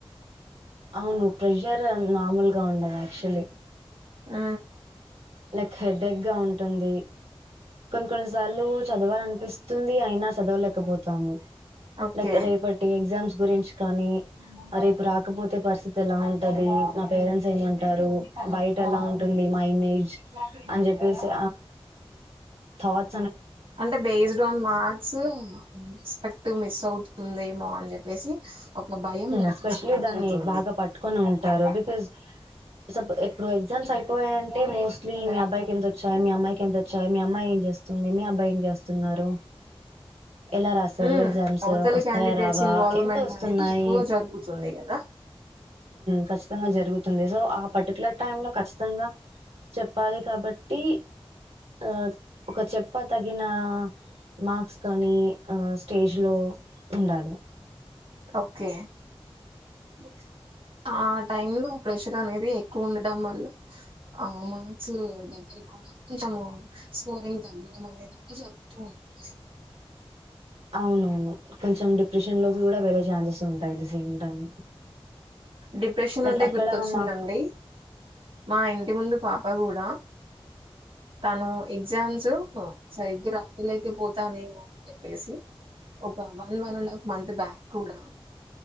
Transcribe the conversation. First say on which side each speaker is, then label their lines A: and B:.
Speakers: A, on the right (about 85°); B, on the right (about 60°).
A: అవును ప్రెషర్ నార్మల్ గా ఉండదు యాక్చులీ
B: ఆ
A: లైక్ హెడ్క్ గా ఉంటుంది కొన్ని కొన్ని సార్లు చదవాలనిపిస్తుంది అయినా చదవలేకపోతాము
B: ఓకే.
A: లైక్ రేపటి ఎగ్జామ్స్ గురించి కానీ రేపు రాకపోతే పరిస్థితి ఎలా ఉంటది మా పేరెంట్స్ ఏమంటారు బయట ఎలా ఉంటుంది మా ఇమేజ్ అని చెప్పేసి థాట్
B: అంటే based on marks expect miss అవు ఉందేమో అని చెప్పేసి ఒక భయం లోపల
A: ఎస్పెషలీ
B: స్టార్ట్
A: దాన్ని
B: అవుతుంది.
A: బాగా పట్టుకొని ఉంటారు బికాజ్ స ఇప్పుడు ఎగ్జామ్స్ అయిపోయాయంటే మోస్ట్లీ మీ అబ్బాయికి ఎంత వచ్చాయి మీ అమ్మాయికి ఎంత వచ్చాయి మీ అమ్మాయి ఏం చేస్తుంది మీ అబ్బాయి ఏం చేస్తున్నారు ఎలా రాస్తారు
B: హ్మ్.
A: ఎగ్జామ్స్
B: అవతలి
A: వస్తాయ
B: క్యాండిడేట్స్
A: రావా
B: ఇన్వాల్వ్‌మెంట్
A: ఎంత వస్త
B: అనేది
A: న్నాయి
B: ఎక్కువ జరుగుతుంది గదా!
A: ఖచ్చితంగా జరుగు సో ఆ పర్టికులర్ టైమ్ లో ఖచ్చితంగా చెప్పాలి కాబట్టి ఆ ఒక చెప్ప తగిన మార్క్స్ కానీ ఆ స్టేజ్ లో ఉండాలి
B: ఓకే
A: బ
B: ఆ టైమ్ లో ప్రెషర్ అనేది ఎక్కువ ఉండడం వల్ల ఆ మార్క్స్ దగ్గరి కూడా కొంచము స్కోరింగ్ తగ్గడం అనేది కూడా జరుగుతూ ఉంటుంది
A: అవునవును కొంచెం డిప్రెషన్ లోకి కూడా వెళ్ళే ఛాన్సెస్ ఉంటాయి the same time
B: depression
A: like
B: అంటే
A: అక్కడ
B: గుర్తొచ్చిందండి
A: మాకు
B: మా ఇంటి ముందు పాప కూడా తను ఎగ్జామ్స్ స రాంగలైతే పోత న వ చెప్పేసి ఒక one one and half month back కూడా